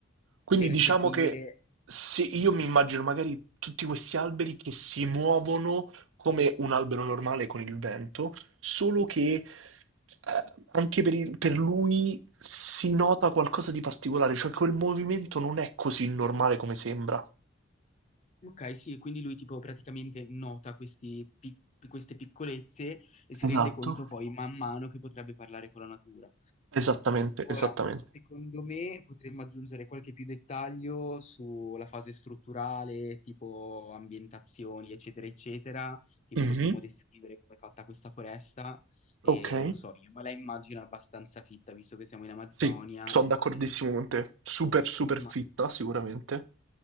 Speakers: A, on the right (about 80°); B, on the left (about 35°).
A: Quindi
B: percepire.
A: diciamo che sì, io mi immagino magari tutti questi alberi che si muovono come un albero normale con il vento, solo che eh, anche per, il- per lui si nota qualcosa di particolare, cioè quel movimento non è così normale come sembra.
B: Ok, sì, quindi lui tipo praticamente nota questi pic- queste piccolezze e si rende
A: Esatto.
B: conto poi man mano che potrebbe parlare con la natura.
A: Esattamente, esattamente.
B: Ora, secondo me potremmo aggiungere qualche più dettaglio sulla fase strutturale, tipo ambientazioni, eccetera, eccetera. Tipo
A: Mhm.
B: potremmo descrivere come è fatta questa foresta e
A: Ok,
B: non so, io me la immagino abbastanza fitta, visto che siamo in Amazzonia.
A: sì, sono d'accordissimo
B: eh,
A: con te. Super, super
B: ma
A: fitta, sicuramente.